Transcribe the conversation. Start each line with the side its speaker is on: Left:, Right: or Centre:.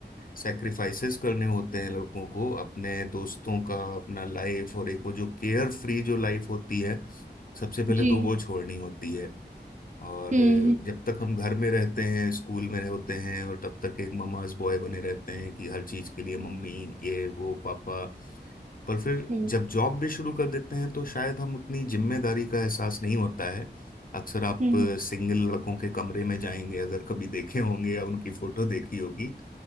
Left: सेक्रीफाइसेस करने होते हैं लड़कों को अपने दोस्तों का अपना लाइफ और एक वो जो केयर फ्री जो लाइफ होती है सबसे पहले
Right: जी
Left: तो वो छोड़नी होती है और
Right: हम्म
Left: जब तक हम घर में रहते हैं स्कूल में होते हैं और तब तक एक ममाज बॉय बने रहते हैं कि हर चीज के लिए मम्मी ये वो पापा पर फिर
Right: हम्म
Left: जब जॉब भी शुरू कर देते हैं तो शायद हम उतनी जिम्मेदारी का एहसास नहीं होता है अक्सर आप
Right: हम्म हम्म,
Left: सिंगल लड़कों के कमरे में जाएंगे अगर कभी देखे होंगे या उनकी फोटो देखी होगी